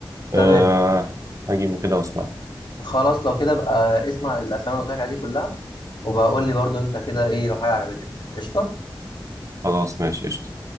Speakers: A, on the left (about 65°); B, on the right (about 40°).
A: تمام
B: آه. هجيبه كده واسمع
A: خلاص لو كده بقى اسمع الافلام اللي قلت لك عليها دي كلها وبقول لي برضه انت كده ايه لو حاجه عجبتك قشطه
B: خلاص ماشي قشطة